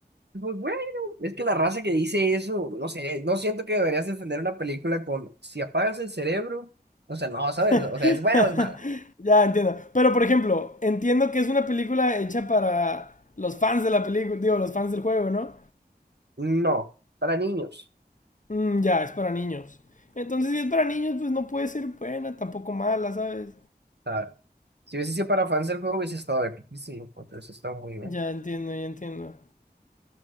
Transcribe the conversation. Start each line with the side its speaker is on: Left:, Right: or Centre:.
Right: Pues bueno, es que la raza que dice eso, no sé, no siento que deberías defender una película con, si apagas el cerebro, o sea, no, ¿sabes?
Left: <laughs>
Right: O sea, ¿es buena o es mala?
Left: ya entiendo. Pero por ejemplo, entiendo que es una película hecha para los fans de la película, digo, los fans del juego, ¿no?
Right: No, para niños,
Left: Mm, ya, es para niños. Entonces, si es para niños, pues no puede ser buena, tampoco mala, ¿sabes?
Right: ¿sabes? Si hubiese sido para fans del juego, hubiese estado epiquísimo, entonces está muy bien.
Left: Ya entiendo, ya entiendo.